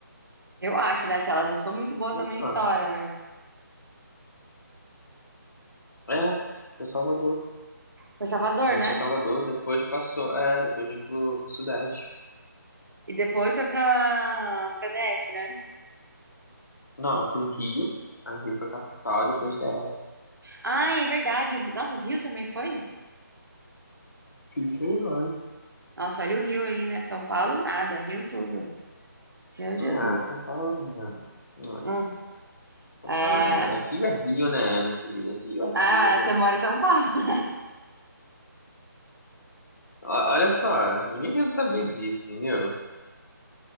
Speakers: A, on the right (about 85°); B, on the left (about 60°).
A: Eu acho, né, que elas não são muito boas
B: Opa.
A: também em história. mas
B: É. Foi Salvador.
A: Foi Salvador,
B: Começou
A: né?
B: em Salvador, depois passou. É, depois veio pro, pro Sudeste.
A: E depois foi pra, pra DF, né?
B: Não, pro Rio. a Rio foi capital, depois DF.
A: Ah, é verdade. O Rio, nossa, o Rio também foi?
B: Sim, senhor.
A: Nossa, olha o Rio aí, né? São Paulo, nada. Rio tudo. Meu Jesus.
B: Ah, São Paulo, mano. Ah,
A: Hum,
B: São
A: é.
B: Paulo, mano. Rio é Rio, né, meu querido? Rio é
A: Ah,
B: Rio,
A: é, mas
B: né?
A: você mora em São Paulo. <laughs>
B: Ó- Olha só, ninguém quer saber disso, entendeu?